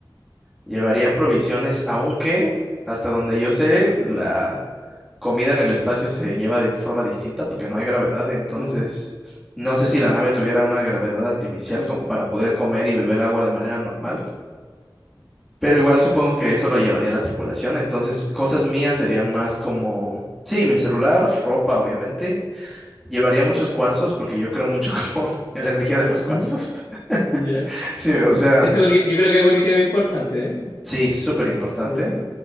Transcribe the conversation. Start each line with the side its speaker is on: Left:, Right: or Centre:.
Centre: llevaría provisiones, aunque hasta donde yo sé, la comida en el espacio se lleva de forma distinta porque no hay gravedad, entonces
Left: Ujú,
Centre: no sé
Left: claro.
Centre: si la nave tuviera una gravedad artificial como para poder comer y beber agua de manera normal, pero igual supongo que eso lo llevaría la tripulación, entonces cosas mías serían
Left: Mm.
Centre: más como, sí, mi celular, ropa, obviamente. Llevaría muchos cuarzos porque yo creo mucho como <laughs> en la energía de los
Left: Ujú,
Centre: cuarzos. <laughs>
Left: Ya.
Centre: Sí, o sea,
Left: Ese es un hit- yo creo que es un ítem importante, ¿eh?
Centre: sí, súper importante.
Left: Mm.